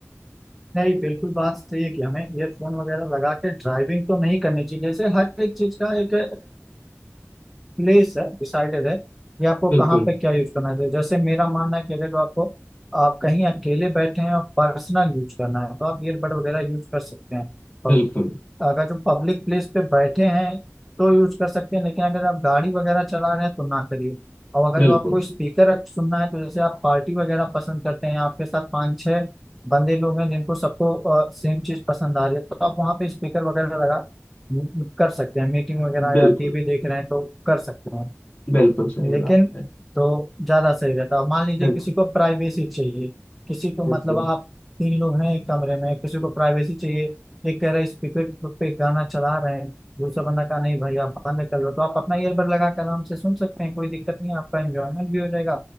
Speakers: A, in the centre; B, on the left.
A: नहीं बिल्कुल बात सही है कि हमें ईयरफोन वगैरह लगा के ड्राइविंग तो नहीं करनी चाहिए जैसे हर एक चीज का एक प्लेस है डिसाइडेड है कि आपको
B: बिल्कुल
A: कहाँ पे क्या यूज करना है तो जैसे मेरा मानना है कि अगर आपको आप कहीं अकेले बैठे हैं और पर्सनल यूज करना है तो आप ईयरबड वगैरह यूज कर सकते हैं
B: बिल्कुल
A: और अगर जो पब्लिक प्लेस पे बैठे हैं तो यूज कर सकते हैं लेकिन अगर आप गाड़ी वगैरह चला रहे हैं तो ना करिए और अगर
B: बिल्कुल
A: जो आपको स्पीकर सुनना है तो जैसे आप पार्टी वगैरह पसंद करते हैं आपके साथ पाँच छह बंदे लोग हैं जिनको सबको सेम चीज पसंद आ रही है तो आप वहाँ पे स्पीकर वगैरह लगा कर सकते हैं मीटिंग वगैरह
B: बिल्कुल
A: या टीवी देख रहे हैं तो कर सकते हैं
B: बिल्कुल सही
A: लेकिन
B: बात है
A: तो ज्यादा सही रहता अब मान लीजिए
B: बिल्कुल
A: किसी को प्राइवेसी चाहिए किसी को
B: बिल्कुल
A: मतलब आप तीन लोग हैं एक कमरे में किसी को प्राइवेसी चाहिए एक कह रहा है स्पीकर पे गाना चला रहे हैं दूसरा बंदा कहा नहीं भाई आप बंद कर लो तो आप अपना ईयरबड लगा कर आराम से सुन सकते हैं कोई दिक्कत नहीं है, आपका एंजॉयमेंट भी हो जाएगा